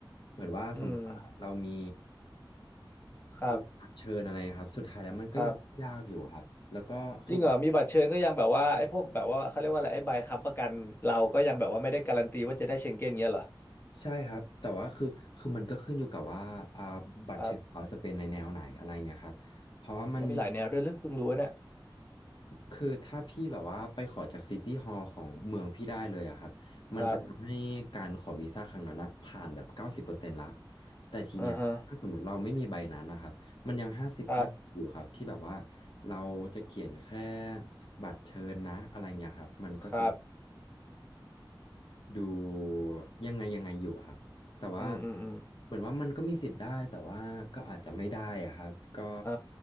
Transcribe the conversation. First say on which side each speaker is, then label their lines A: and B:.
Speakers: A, on the left; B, on the left.
A: เหมือนว่าสมมติว่าเรามี
B: อืมครับ
A: มันอัญเชิญอะไรครับสุดท้ายแล้วมันก็ยังยากอยู่ครับแล้วก็คือบอก
B: ครับ จริงเหรอมีบัตรเชิญก็ยังแบบว่าไอ้พวกแบบว่าเขาเรียกว่าอะไรไอ้ใบค้ำประกันเราก็ยังแบบว่าไม่ได้การันตีว่าจะได้เชงเก้นเงี้ยเหรอ
A: ใช่ครับแต่ว่าคือคือมันก็ขึ้นอยู่กับว่าอ่าบัตรเชิญเขาจะเป็นในแนวไหนอะไรเงี้ยครับเพราะว่ามัน
B: ครับแล้วมีหลายแนวด้วยหรือเพิ่งรู้เนี่ย
A: คือถ้าพี่แบบว่าไปขอจากซิตี้ฮอลล์ของเมืองพี่ได้เลยอะครับมันจะทำให้การขอวีซ่าครั้งนั้นอะผ่านแบบเก้าสิบเปอร์เซ็นต์ละ
B: ครับ
A: แต่ทีเนี้ยถ้าสมมติเราไม่มีใบนั้นนะครับมันยังห้าสิบห้าอยู่ครับที่แบบว่า
B: อือฮะครับ
A: เราจะเขียนแค่บัตรเชิญนะอะไรเงี้ยครับมันก็จะ
B: ครับ
A: ดูยังไงยังไงอยู่อะครับแต่ว่า
B: อืมอืมอืม
A: เหมือนว่ามันก็มีสิทธิ์ได้แต่ว่าก็อาจจะไม่ได้อะครับก็
B: อ่า